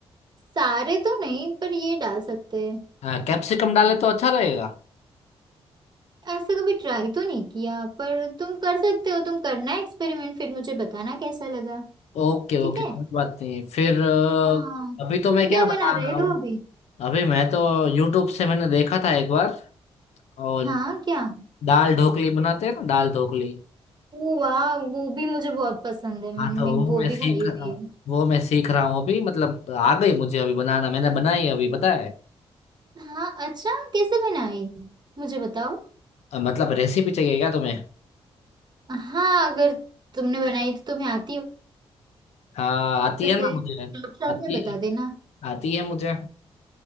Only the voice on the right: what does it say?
सारे तो नहीं पर ये डाल सकते हैं
ऐसा कभी ट्राई तो नहीं किया पर तुम कर सकते हो तुम करना एक्सपेरिमेंट फिर मुझे बताना कैसा लगा
ठीक
है
हाँ
तुम
क्या
बना रहे
हो अभी
हाँ क्या
ओ वाह वो भी मुझे बहुत पसंद है
मैंने
मैं
वो
भी
खाई हुई
है
हाँ अच्छा कैसे बनाई मुझे बताओ
हाँ अगर तुमने बनाई तो तुम्हें आती हो
वैसे
शॉर्ट शॉर्ट
में बता देना